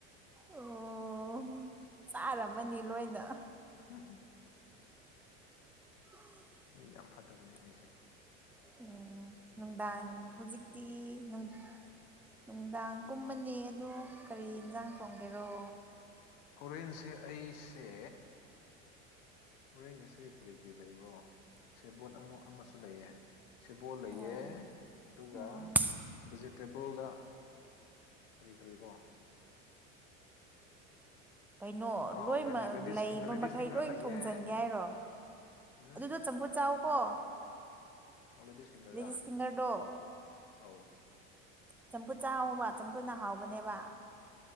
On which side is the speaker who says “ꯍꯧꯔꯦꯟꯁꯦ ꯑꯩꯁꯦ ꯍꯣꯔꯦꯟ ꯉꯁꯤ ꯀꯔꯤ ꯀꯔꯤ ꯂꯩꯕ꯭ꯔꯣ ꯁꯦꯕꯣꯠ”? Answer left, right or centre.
Left